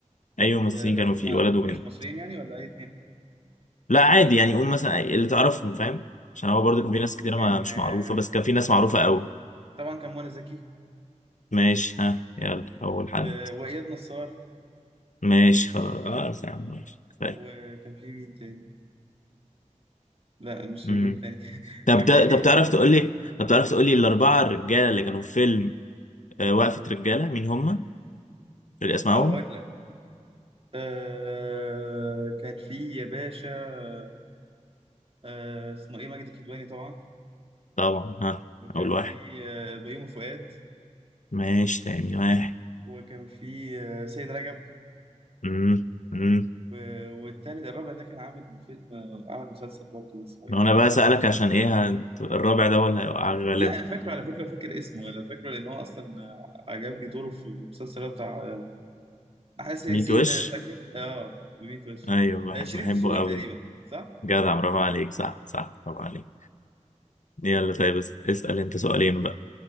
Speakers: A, on the left (about 75°); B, on the right (about 50°).
A: أي ممثلين
B: آه،
A: كانوا فيه
B: ما
A: ولد وبنت
B: مش مصريين يعني ولا أي اتنين
A: لا عادي يعني قول مثلا اللي تعرفهم فاهم عشان هو برضه كان في ناس كتير
B: كان
A: ما مش
B: آه
A: معروفة بس كان في ناس معروفة قوي
B: طبعا كان منى زكي
A: ماشي ها يلا أول حد
B: آه وإياد نصار
A: ماشي خلاص يا عم ماشي كفاية
B: وكان في مين تاني لا مش
A: مم.
B: هجيب تاني <laughs>
A: طب
B: كان
A: ت-
B: في
A: طب
B: مين
A: تعرف تقول لي طب تعرف تقول لي الأربعة الرجالة اللي كانوا في فيلم آه، وقفة رجالة مين هم؟ اللي أسمائهم؟
B: أقول لك آه كان في يا باشا آه اسمه إيه ماجد الكدواني طبعا
A: طبعا ها
B: وكان
A: أول
B: في
A: واحد
B: آه، بيومي فؤاد
A: ماشي تاني واحد
B: وكان في آه، سيد رجب
A: مم. مم.
B: و- والتالت الرابع ده كان عامل فيلم آه، عمل مسلسل برضه اسمه ايه
A: ما
B: يا
A: أنا
B: رب؟
A: بقى أسألك عشان إيه هت- الرابع ده ولا هيوقع غالبا
B: لا انا فاكره على فكره فاكر اسمه انا فاكره لان هو اصلا آه، عجبني دوره في المسلسل اللي هو بتاع آه، حاسس ياسين
A: ميت وش؟
B: ده فاكره اه بميت وش
A: أيوه بح-
B: آه، شريف
A: بحبه
B: دسوقي
A: قوي
B: تقريبا صح
A: جدع برافو عليك صح صح برافو عليك يلا طيب اس- اسأل أنت سؤالين بقى